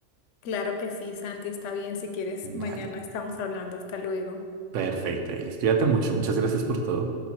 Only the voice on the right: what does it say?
Dale.
Perfecto, Elis. Cuídate mucho. Muchas gracias por todo.